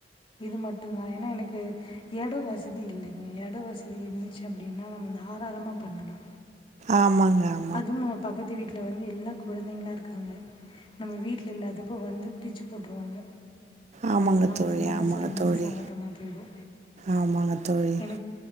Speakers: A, on the left (about 30°); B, on the right (about 40°).
A: இது மட்டுந்தா ஏன்னா எனக்கு எடோ வசதி இல்லைங்க எட வசதி இருந்துச்சு அப்டின்னா நம்ம தாராளமா பண்ணலா
B: ஆமாங்க ஆம்
A: அதுவு நம்ம பக்கத்து வீட்ல வந்து எல்லா குழந்தைங்களா இருக்காங்க நம்ம வீட்ல இல்லாத தப்போ வந்து பிச்சு போட்ருவாங்க
B: ஆமாங்க
A: அது நமக்கு
B: தோழி,
A: மனசு
B: ஆமாங்க
A: ரொம்ப
B: தோழி.
A: சங்கட்டமா போயிரு
B: ஆமாங்க தோழி.
A: எனக்